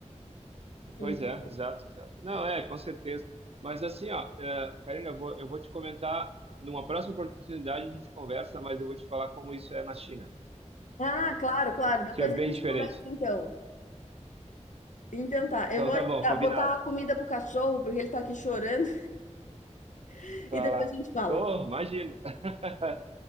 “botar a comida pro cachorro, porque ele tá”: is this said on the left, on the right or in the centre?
Left